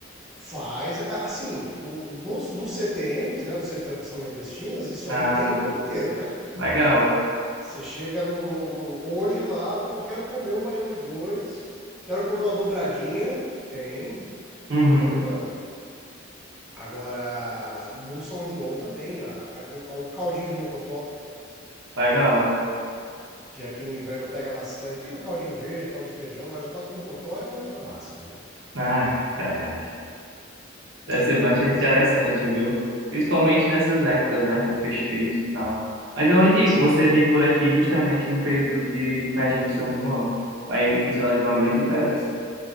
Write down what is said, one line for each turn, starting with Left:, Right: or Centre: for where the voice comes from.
Centre: faz. a- Assim, o- nos, nos CTNs, né, do Centro de Tradição Nordestinas, isso
Right: Ah,
Centre: aí tem o ano inteiro, né?
Right: legal.
Centre: Você chega no, no- no- hoje lá, pô, quero comer um baião de dois, quero comer uma dobradinha, tem,
Right: Uhum,
Centre: quebra e manda. Agora, no São João também, a- a- o, o caldinho de mocotó,
Right: legal.
Centre: que aqui no inverno pega bastante. Tem o caldinho verde, caldo de feijão, mas o caldo de mocotó é o, é o máximo, né?
Right: Ah, <laughs> deve
Centre: É
Right: ser
Centre: bom
Right: bastante
Centre: demais,
Right: interessante,
Centre: cara.
Right: viu? Principalmente nessas épocas, né? De festejos e tal. Mas eu indico
Centre: Sim.
Right: você vir por aqui justamente no período de festa de São João. Vai visualizar uma grande diferença.